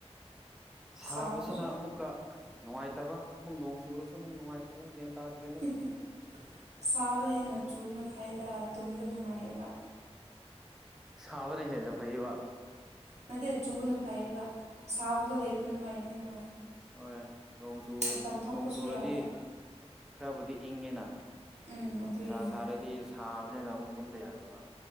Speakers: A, in the centre; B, on the right (about 85°).
A: ꯁꯥꯕꯁꯤꯅ
B: ꯁꯥꯕꯁꯨ
A: ꯑꯃꯨꯛꯀ ꯅꯨꯡꯉꯥꯏꯇꯕ ꯑꯃꯨꯛ ꯅꯣꯡ ꯆꯨꯔꯁꯨ ꯑꯃꯨꯛ ꯅꯨꯡꯉꯥꯏꯇꯕ ꯇꯥꯗ꯭ꯔꯦꯗ
B: ꯍꯤ ꯍꯤ ꯁꯥꯕꯦꯅ ꯆꯨꯕꯅ ꯐꯩꯗ ꯇꯨꯝꯕ ꯅꯨꯡꯉꯥꯏꯌꯦꯕ
A: ꯁꯥꯕꯅ ꯍꯦꯔꯦꯗ ꯐꯩꯌꯦꯕ
B: ꯅꯠꯇꯦ ꯆꯨꯕꯅ ꯐꯩꯌꯦꯕ ꯁꯥꯕꯗꯣ ꯂꯩꯕ ꯅꯨꯡꯉꯥꯏꯇꯦꯅ
A: ꯍꯣꯏ ꯅꯣꯡ ꯆꯨ
B: ꯃꯄꯥꯟ ꯊꯣꯛꯄꯁꯨ
A: ꯅꯣꯡ ꯆꯨꯔꯗꯤ
B: ꯌꯥꯗꯦ
A: ꯈꯔꯕꯨꯗꯤ ꯏꯪꯉꯦꯅ
B: ꯎꯝ ꯑꯗꯨꯒꯤ
A: ꯅꯨꯡꯁꯥ
B: ꯅꯨꯡꯉꯥꯏꯌꯦꯕ
A: ꯁꯥꯔꯗꯤ ꯁꯥꯕꯗꯤꯅ ꯑꯃꯨꯛ ꯇꯨꯝꯕ ꯌꯥꯗꯕ